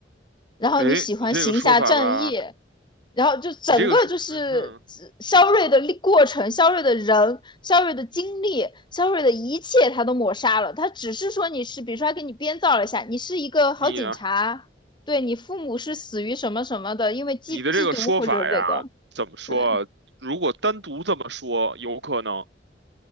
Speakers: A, on the left; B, on the right.
A: 然后你喜欢行侠仗义，
B: 哎，你这个说法吧，
A: 然后就整个就是肖瑞的过程、
B: 你这个说，嗯哼。
A: 肖瑞的人、肖瑞的经历、肖瑞的一切，他都抹杀了。他只是说你是，比如说他给你编造了一下，你是一个好警察，
B: 你
A: 对你父母是死于什么什么的，因为缉缉毒或者这个，
B: 你的这个说法呀，怎么说啊？
A: 对，
B: 如果单独这么说，有可能。